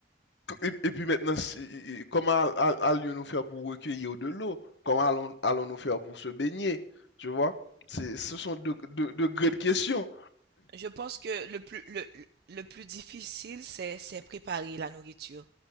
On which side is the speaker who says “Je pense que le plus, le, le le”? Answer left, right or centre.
Right